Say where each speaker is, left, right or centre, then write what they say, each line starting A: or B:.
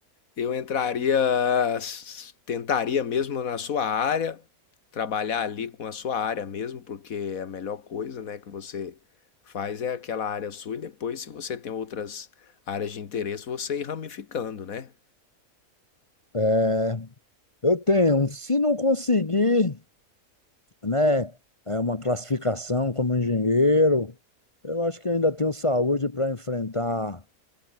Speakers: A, on the left; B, on the left.
A: Eu entraria, s- tentaria mesmo na sua área, trabalhar ali com a sua área mesmo, porque é a melhor coisa, né, que você faz é aquela área sua e depois, se você tem outras áreas de interesse, você ir ramificando, né?
B: é, eu tenho. Se não conseguir, né, é uma classificação como engenheiro, eu acho que ainda tenho saúde para enfrentar